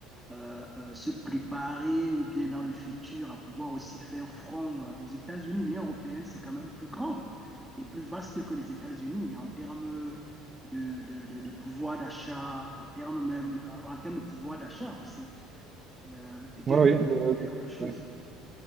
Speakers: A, in the centre; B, on the right (about 25°).
A: euh, euh, se préparer ou bien dans le futur à pouvoir aussi faire front euh, aux États-Unis. L'Union européenne, c'est quand même plus grand et plus vaste que les États-Unis en termes de, de, de, de pouvoir d'achat, en termes même, en termes de pouvoir d'achat aussi, euh, peut-être
B: Oui, oui. Le-
A: autre chose.
B: le-